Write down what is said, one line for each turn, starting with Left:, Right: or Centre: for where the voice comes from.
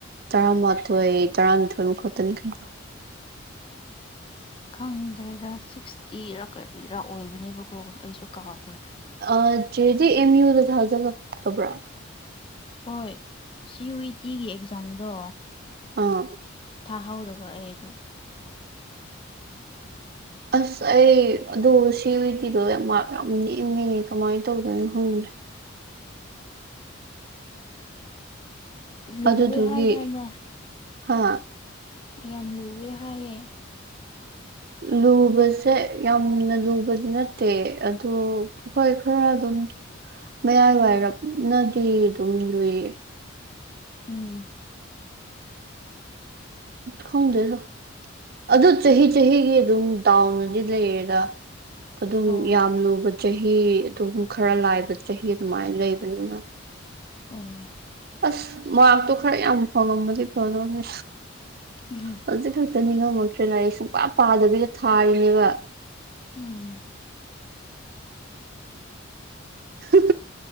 Right: ꯇꯔꯥꯃꯥꯊꯣꯏ ꯇꯔꯥꯅꯤꯊꯣꯏ ꯃꯨꯛ ꯈꯛꯇꯅꯤ ꯀꯩꯅꯣ
Left: ꯑꯁ ꯈꯪꯗ꯭ꯔꯦꯗ ꯁꯤꯛꯁꯇꯤꯔꯥ ꯀꯔꯤꯔꯥ ꯑꯣꯏꯕꯅꯦꯕ ꯀꯣ ꯑꯩꯁꯨ ꯀꯥꯎꯈ꯭ꯔꯦ
Right: ꯑ ꯆꯦꯗꯤ ꯑꯦꯝ ꯌꯨꯗ ꯊꯥꯖꯜꯂꯛꯇꯕ꯭ꯔꯥ
Left: ꯍꯣꯏ ꯁꯤ ꯌꯨ ꯏ ꯇꯤꯒꯤ ꯑꯦꯛꯖꯥꯝꯗꯣ
Right: ꯑꯥ
Left: ꯊꯥꯍꯧꯗꯕ ꯑꯩ ꯑꯗꯨ
Right: ꯑꯁ ꯑꯩ ꯑꯗꯣ ꯁꯤ ꯌꯨ ꯏ ꯇꯤꯗꯣ ꯃꯥꯔꯛ ꯌꯥꯝ ꯅꯦꯝꯃꯦ ꯀꯃꯥꯏ ꯇꯧꯗꯣꯏꯅꯣ ꯈꯪꯗ꯭ꯔꯦ
Left: ꯂꯨꯋꯦ
Right: ꯑꯗꯨꯗꯨꯒꯤ
Left: ꯍꯥꯏꯗꯥꯏꯅꯦ
Right: ꯍꯥ
Left: ꯌꯥꯝ ꯂꯨꯌꯦ ꯍꯥꯏꯌꯦ
Right: ꯂꯨꯕꯁꯦ ꯌꯥꯝꯅ ꯂꯨꯕꯗꯤ ꯅꯠꯇꯦ ꯑꯗꯨ ꯍꯣꯏ ꯈꯔ ꯑꯗꯨꯝ ꯃꯌꯥꯏ ꯋꯥꯏꯔꯞꯅꯗꯤ ꯑꯗꯨꯝ ꯂꯨꯏ
Left: ꯎꯝ
Right: ꯈꯪꯗꯦꯗ ꯑꯗꯨ ꯆꯍꯤ ꯆꯍꯤꯒꯤ ꯑꯗꯨꯝ ꯗꯥꯎꯅꯗꯤ ꯂꯩꯔꯦꯗ ꯑꯗꯨꯝ
Left: ꯑꯣ
Right: ꯌꯥꯝ ꯂꯨꯕ ꯆꯍꯤ ꯑꯗꯨꯝ ꯈꯔ ꯂꯥꯏꯕ ꯆꯍꯤ ꯑꯗꯨꯃꯥꯏꯅ ꯂꯩꯕꯅꯤꯅ
Left: ꯑꯣ
Right: ꯑꯁ ꯃꯥꯔꯛꯇꯣ ꯈꯔ ꯌꯥꯝ ꯐꯪꯉꯝꯃꯗꯤ ꯐꯥꯗꯧꯅꯤ
Left: ꯎꯝ
Right: ꯍꯧꯖꯤꯛ ꯈꯛꯇ ꯅꯤꯉꯝꯃꯛꯇ꯭ꯔꯦ ꯂꯥꯢꯔꯤꯛ ꯁꯨꯡꯄꯥ ꯄꯥꯗꯕꯤꯗ ꯊꯥꯔꯤꯅꯦꯕ
Left: ꯎꯝ
Right: ꯍꯥ